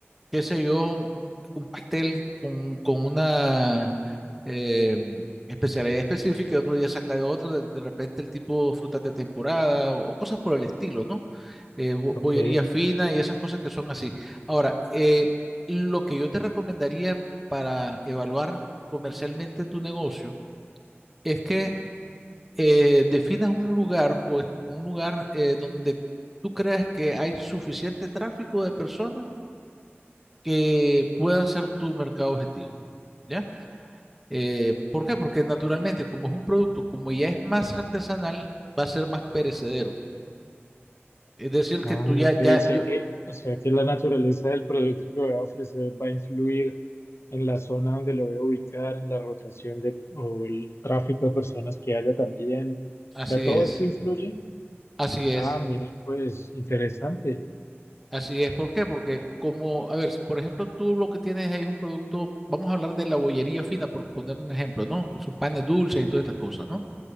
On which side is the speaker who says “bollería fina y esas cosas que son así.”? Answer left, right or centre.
Centre